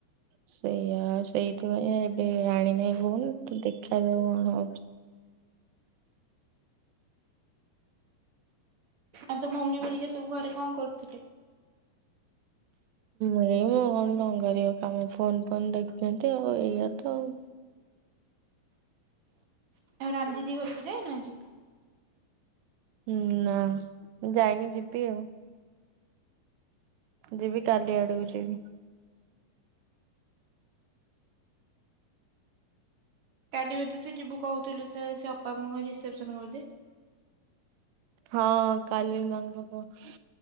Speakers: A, on the right; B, on the right.
A: ସେଇଆ ଆଉ ସେଇଥିପାଇଁ ଏବେ ଆଣିନାହିଁ ଫୋନ୍, ତୁ ଦେଖାଯାଉ କଣ ହଉଛି
B: ଆଉ ତ ଭଉଣୀ ଭରିକା ସବୁ ଘରେ କଣ କରୁଥିଲେ?
A: ଏଇ ମୁଁ କଣ କଣ କରିବ କାମ ଫୋନ୍ ଫୋନ ଦେଖୁଛନ୍ତି ଆଉ ଏଇଆ ତ ଆଉ।
B: ଆଉ ରାନି ଦିଦି ଘରକୁ ଯାଇନାହାନ୍ତି?
A: ହୁଁ ନା ଯାଇନି ଯିବି ଆଉ। ଯିବି କାଲି ଆଡକୁ ଯିବି।
B: କାଲି ବୋଧେ ତ ଯିବୁ କହୁଥିଲୁ ତ ସେ ଅପାଙ୍କ ରିସେ୍ସନ୍ ବୋଧେ।
A: ହଁ କାଲି ତାଙ୍କ କୁହ <inaudible>